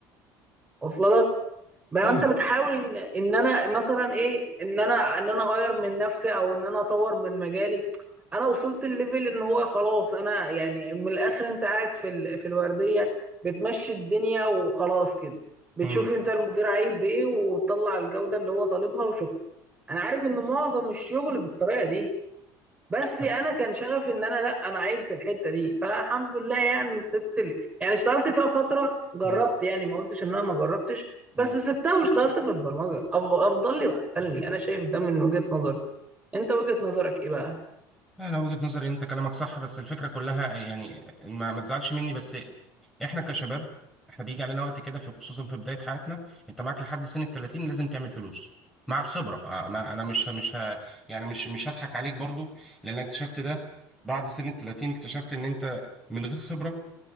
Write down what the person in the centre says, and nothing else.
فاهمك
امم
طب.
امم
امم
انا وجهة نظري ان انت كلامك صح بس الفكره كلها يعني ما ما تزعلش مني بس احنا كشباب احنا بيجي علينا وقت كده في خصوصا في بدايه حياتنا انت معاك لحد سن ال 30 لازم تعمل فلوس مع الخبره آه، ما انا مش مش ه- يعني مش مش هضحك عليك برضو لان اكتشفت ده بعد سن ال 30 اكتشفت ان انت من غير خبره